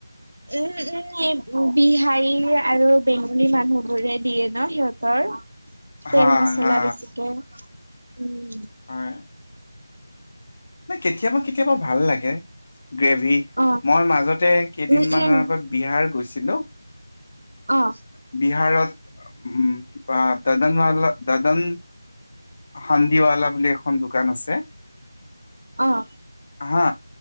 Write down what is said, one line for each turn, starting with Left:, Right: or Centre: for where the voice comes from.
Right: উম উম, বিহাৰী আৰু বেংগলী মানুহবোৰে দিয়ে ন সিহঁতৰ।
Left: হা
Right: তেল মচলা
Left: হা
Right: বেছিকে, উম।
Left: হয়। ন কেতিয়াবা কেতিয়াবা ভাল লাগে, গ্ৰেভি,
Right: অ
Left: মই মাজতে কেইদিনমানৰ
Right: উম উম
Left: আগত বিহাৰ গৈছিলো।
Right: অ'।
Left: বিহাৰত, উম কিবা দাদনালা দাদন হান্দিৱালা বুলি এখন দোকান আছে।
Right: অ'।
Left: হা,